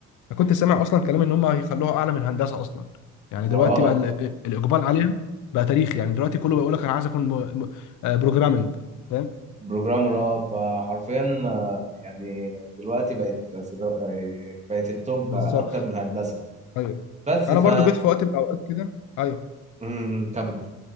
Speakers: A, on the left; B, on the right.
A: انا كنت سامع اصلا كلام ان هم هيخلوها اعلى من هندسه اصلا يعني
B: ما
A: دلوقتي
B: اه
A: بقى ال- ال- الاقبال عليها بقى تاريخ يعني دلوقتي كله بيقول لك انا عايز اكون م... م... آه، بروجرامنج فاهم
B: بروجرامر اه فحرفيا آه، يعني دلوقتي بقت سدو- آه، بقت التوب
A: بالظبط
B: اكتر من الهندسه
A: ايوه
B: بس
A: انا
B: ف
A: برضو جيت في وقت من الاوقات كده ايوه
B: امم كمل